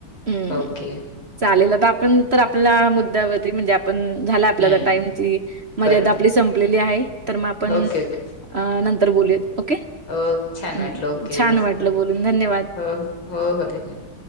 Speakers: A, on the right; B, on the left.
A: हम्म
B: ओके
A: चालेल तर आपण तर आपल्या मुद्द्यावरती म्हणजे ण झाला आपल्या
B: हम्म
A: टाइमची मर्यादा
B: बरं बर
A: आपली संपलेली आहे तर मग आपण
B: ओके ओके
A: अ नंतर बोलूया ओके.
B: हो छान
A: हं.
B: वाटलं ओके
A: छान
B: मस्त
A: वाटलं बोलून. धन्यवाद.
B: हो हो हो धन्यवाद.